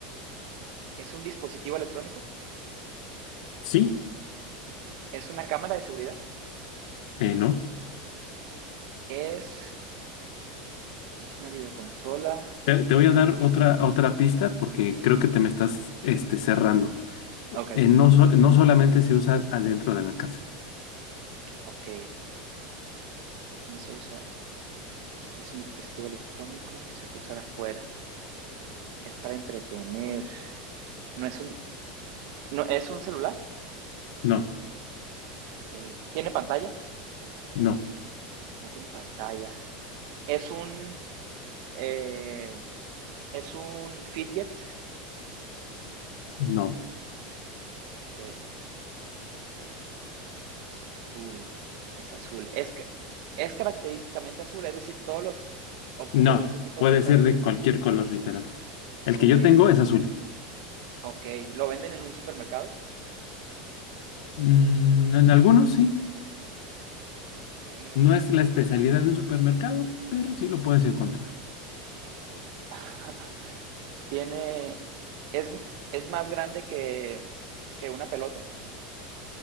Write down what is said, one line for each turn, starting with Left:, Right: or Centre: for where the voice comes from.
Right: es un dispositivo electrónico,
Left: Sí,
Right: es una cámara de seguridad,
Left: eh, no.
Right: es, no es una videoconsola,
Left: Te, te voy
Right: es,
Left: a dar otra, otra pista porque creo que te me estás este, cerrando.
Right: ok,
Left: Eh, no, so- no solamente se usa adentro de la casa.
Right: ok, no solo se hace Es un dispositivo electrónico, se puede usar afuera. Es para entretener. No es un, no, es un celular.
Left: No,
Right: Okay. ¿Tiene pantalla?
Left: no,
Right: No tiene pantalla. Es un, eh, es un fidget.
Left: no.
Right: Ok. Azul. Es azul. Es, es característicamente azul. Es decir, todos los objetos
Left: No,
Right: de ese tipo
Left: puede
Right: son
Left: ser
Right: azules.
Left: de cualquier color, literal. El que
Right: Ok.
Left: yo tengo es azul.
Right: Ok. ¿Lo venden en un supermercado?
Left: Mm, en algunos sí.
Right: Ok.
Left: No es la especialidad de un supermercado, pero sí lo puedes encontrar.
Right: ¿Qué es? <laughs> tiene. Es, es más grande que, que una pelota